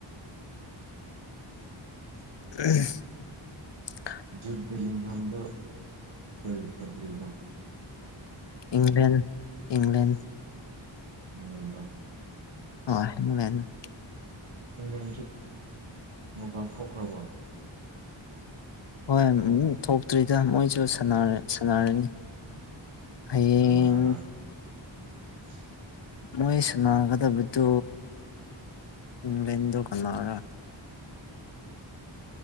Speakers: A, on the left; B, on the right.
A: ꯎ
B: ꯌꯨꯙ ꯂꯤꯍꯝꯗ ꯀꯀꯗꯔꯤꯉꯣ
A: ꯏꯪꯂꯪꯂꯦꯟ ꯏꯪꯂꯪꯂꯦꯟ
B: ꯎꯝ
A: ꯑꯣ
B: ꯏꯪꯂꯦꯟꯁꯨ ꯅꯣꯒꯥ ꯊꯣꯛꯈ꯭ꯔꯕ
A: ꯍꯣꯏ ꯎ ꯊꯣꯛꯇ꯭ꯔꯤꯗ ꯃꯣꯏꯁꯨ ꯁꯥꯟꯅꯔꯅꯤ ꯍꯌꯦꯡ
B: ꯀꯅꯥꯒꯔꯥ <inaudible>
A: ꯃꯣꯏ ꯁꯥꯟꯅꯒꯗꯕꯗꯨ ꯏꯪꯂꯦꯟꯗꯣ ꯀꯟꯅꯒ
B: <inaudible>